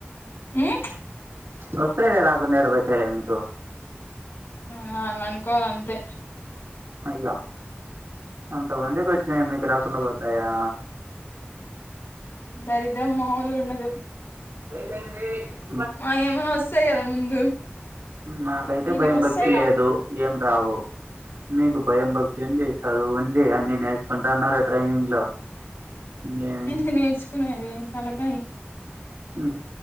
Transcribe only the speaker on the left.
హ్
ఆ అనన్కోవాలంతే
దరిద్రం మాములు గుండదు.
మా కేమైనా వస్తాయి కదా ముందు
వీళ్ళకి
వస్తాయి
రా
ఏంది నేర్చుకునేది తలకాయ్